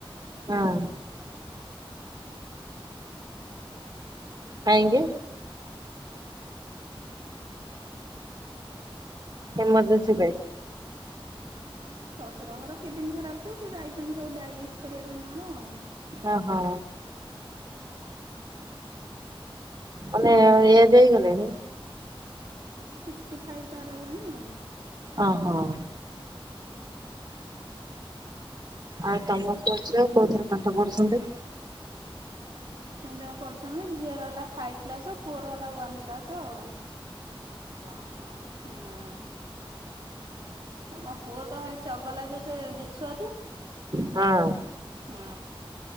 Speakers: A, on the right; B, on the right.
A: ହଁ। କହିଁକି?
B: ଆଉ
A: ଏମର୍ଜେନ୍ସି ପାଇଁ।
B: ନା ଶଶୁର ଙ୍କର କିଡନୀ ଖରାପ ତ ସେ ଯାଇଛନ୍ତି ସବୁ ଡାଇଲିସ୍ କରିବା ପାଇଁ ତାଙ୍କର ଆଉ।
A: ଅ ହଁ। ମାନେ ଏଜ୍ ହେଇଗଲାଣି?
B: ହଁ ସିକ୍ସଟି ଫାଇଭ୍ ପାର ହେଲାଣି ଆଉ।
A: ଅ ହଉ। ଆଉ ତମ ପୁଅ ଝିଅ କାଉଥିରେ ପାଠ ପଢୁଛନ୍ତି?
B: ସେ ଇଂଲିଶ ମିଡ଼ିୟମ ରେ ପଢ଼ୁଛନ୍ତି ଝିଅର ହେଲା ଫାଇଭ୍ କ୍ଲାସ୍ ଫୋର ହେଲା ୱାନ୍ କ୍ଲାସ ଆଉ। ହଁ ହଁ। ମୋ ପୁଅ ତ ଭାରି ଚଗଲା ଯେ ସେ ବିଛୁଆତି।
A: ହଁ
B: ହଁ।